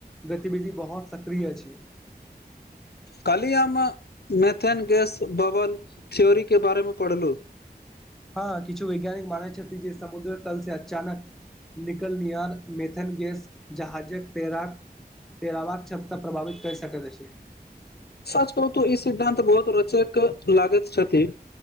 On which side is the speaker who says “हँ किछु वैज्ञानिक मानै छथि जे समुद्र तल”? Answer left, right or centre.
Centre